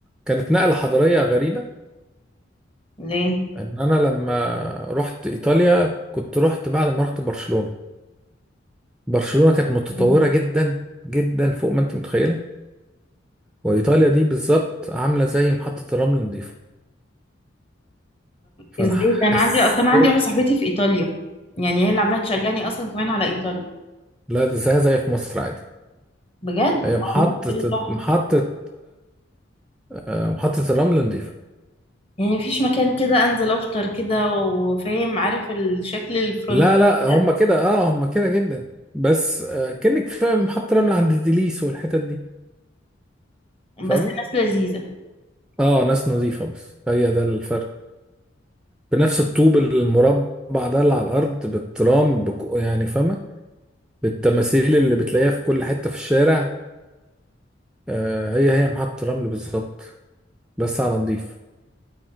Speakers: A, in the centre; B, on the left (about 30°).
A: كانت نقلة حضارية غريبة
B: ليه
A: ان انا لما رحت ايطاليا كنت رحت بعد ما رحت برشلونة برشلونة كانت متطورة
B: مم.
A: جدا جدا فوق ما انت متخيلة وايطاليا دي بالظبط عاملة زي محطة الرمل نظيفة فانا
B: ازاي ده انا
A: حسيت
B: عندي اصلا انا عندي واحده صاحبتي في ايطاليا يعني هي اللي عماله تشجعني اصلا كمان على ايطاليا
A: لا زي زي في مصر عادي
B: بجد
A: هي محطة
B: عماله تقول لي تحفة.
A: محطة محطة الرمل نضيفة
B: يعني مفيش مكان كده انزل افطر كده وفاهم عارف الشكل الفرنسي
A: لا لا هم
B: ده
A: كده اه هم كده جدا بس آه كأنك فاهم محطة رمل عند ديليس والحتت دي
B: بس
A: فاهمة
B: ناس لذيذة
A: اه ناس نظيفة بس هي ده الفرق بنفس الطوب المربع ده اللي على الأرض بالترام بك... يعني فاهمة بالتماثيل اللي بتلاقيها في كل حتة في الشارع آه هي هي محطة رمل بالظبط بس على نضيف